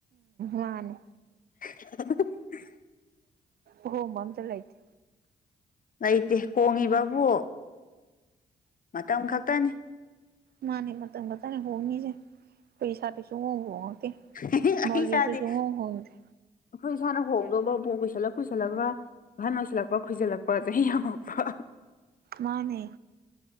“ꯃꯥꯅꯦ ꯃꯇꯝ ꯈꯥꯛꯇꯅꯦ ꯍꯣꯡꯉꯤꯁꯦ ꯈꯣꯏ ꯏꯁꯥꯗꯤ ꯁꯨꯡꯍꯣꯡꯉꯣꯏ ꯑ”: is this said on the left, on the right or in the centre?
Right